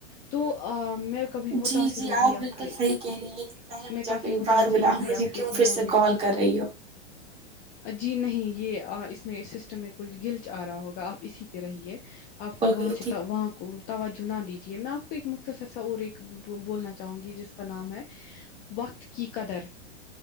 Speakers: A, on the left; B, on the right.
A: تو آ میں کبھی
B: جی
A: متاثر
B: جی
A: ہوگی آپ
B: بالکل
A: کے
B: صحیح کہہ رہی ہے لیکن پہلے میں
A: کافی
B: جب
A: متاثر
B: بار بولا
A: ہوگی
B: ہوں مجھے
A: آپ
B: کیوں
A: کے اس
B: پھر
A: موضوع
B: سے کال کر رہی ہو
A: آ، جی نہیں یہ آ اس میں سسٹم میں کل گلٹ آ رہا ہوگا آپ اسی پہ رہیے آپ
B: ہو
A: وہاں
B: گئی
A: شتا
B: تھی
A: وہاں کو توجہ نہ دیجیے میں آپ کو ایک مختصر سا اور ایک بولنا چاہوں گی جس کا نام ہے وقت کی قدر